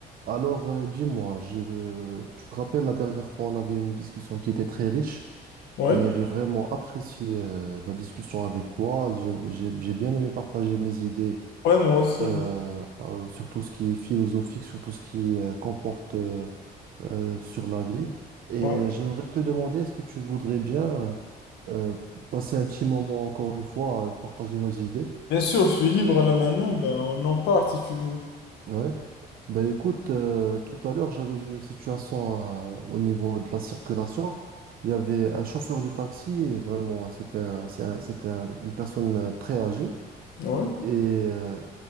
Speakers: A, on the right; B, on the left.
A: Alors, euh, dis-moi, je... tu te rappelles la dernière fois, on avait une discussion qui était très riche
B: Ouais,
A: et j'ai vraiment apprécié euh, la discussion avec toi. J'ai j'ai- j'ai bien aimé partager mes idées
B: ouais, moi aussi.
A: euh, euh, sur tout ce qui est philosophique, sur tout ce qui euh, comporte euh, euh, sur la vie. Et
B: Ouais.
A: j'aimerais te demander, est-ce que tu voudrais bien euh, passer un petit moment encore une fois, euh, partager nos idées?
B: Bien sûr, je suis libre là maintenant, ben on en parle si tu veux.
A: Ouais. Ben écoute, euh, tout à l'heure, j'avais vu une situation euh, au niveau de la circulation. Il y avait un chauffeur de taxi, et vraiment, c'était un- c'est un- c'était un- une personne euh, très âgée.
B: Ouais,
A: Et euh,